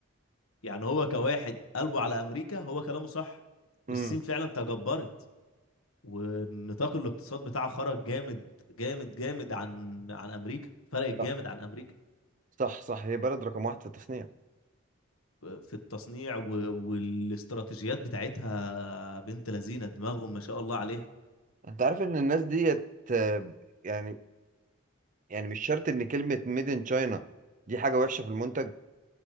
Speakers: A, on the left (about 75°); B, on the right (about 35°).
A: يعني هو كواحد قلبه على امريكا هو كلامه صح
B: امم
A: الصين فعلا تجبرت ونطاق الاقتصاد بتاعها خرج جامد جامد جامد عن عن امريكا فرقت جامد
B: صح
A: عن امريكا
B: صح صح هي بلد رقم واحد في التصنيع
A: في التصنيع و... والاستراتيجيات بتاعتها بنت لذينه دماغهم ما شاء الله عليها
B: انت عارف ان الناس ديت آه، يعني يعني مش شرط ان كلمة ميد ان تشاينا دي حاجة وحشة في المنتج